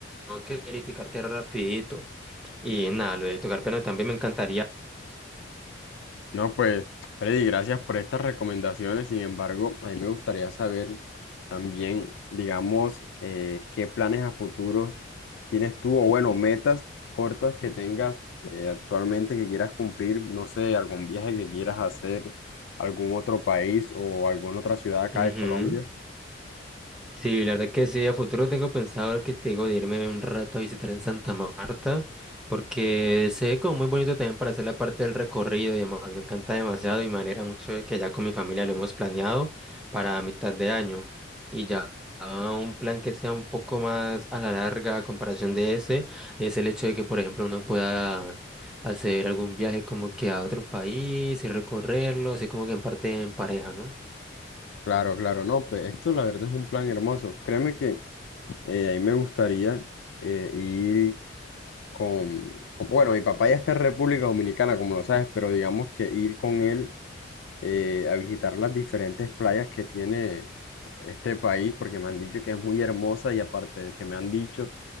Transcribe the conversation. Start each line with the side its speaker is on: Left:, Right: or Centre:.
Centre: Tengo que verificarte rapidito. Y nada, lo de tocar piano también me encantaría.
Left: No, pues, Freddy, gracias por estas recomendaciones. Sin embargo, a mí me gustaría saber también, digamos, eh, qué planes a futuros tienes tú, o bueno, metas cortas que tengas eh, actualmente que quieras cumplir, no sé, algún viaje que quieras hacer, algún otro país o alguna otra ciudad acá
Centre: Ujú.
Left: de Colombia.
Centre: Sí, la verdad que sí, a futuro tengo pensado lo que te digo de irme un rato a visitar en Santa Marta, porque se ve como muy bonito también para hacer la parte del recorrido y demás. Me encanta demasiado y me alegra mucho de que ya con mi familia lo hemos planeado para mitad de año. Y ya ah, un plan que sea un poco más a la larga a comparación de ese, es el hecho de que, por ejemplo, uno pueda hacer algún viaje como que a otro país y recorrerlo, así como que en parte en pareja, ¿no?
Left: Claro, claro, no, pues esto la verdad es un plan hermoso. Créeme que eh, a mí me gustaría eh, ir. con, con- bueno, mi papá ya está en República Dominicana, como lo sabes, pero digamos que ir con él eh, a visitar las diferentes playas que tiene este país, porque me han dicho que es muy hermosa y aparte de que me han dicho,